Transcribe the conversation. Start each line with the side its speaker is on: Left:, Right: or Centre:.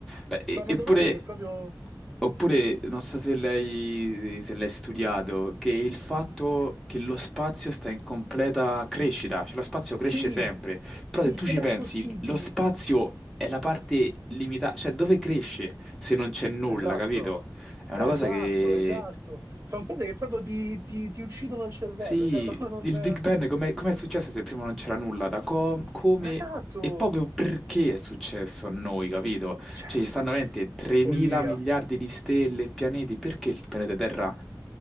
Centre: Beh,
Right: Sono
Centre: e- eppure,
Right: domande che proprio...
Centre: oppure, non so se lei, se l'hai studiato, che il fatto che lo spazio sta in completa crescita, cioè lo spazio cresce
Right: Sì,
Centre: sempre,
Right: sì,
Centre: però se tu
Right: com'è
Centre: ci pensi,
Right: possibile?
Centre: lo spazio è la parte limitata, cioè dove cresce se non c'è nulla,
Right: Esatto,
Centre: capito? È
Right: esatto,
Centre: una cosa che...
Right: esatto. Sono cose che proprio ti, ti- ti uccidono il cervello,
Centre: Sì,
Right: cioè <laughs> proprio non...
Centre: il Big Bang com'è com'è successo se prima non c'era nulla? Da co- come
Right: Esatto,
Centre: e proprio perché è successo a noi, capito?
Right: cioè,
Centre: Cioè, ci stanno veramente 3.000
Right: follia.
Centre: miliardi di stelle e pianeti, perché il pianeta Terra,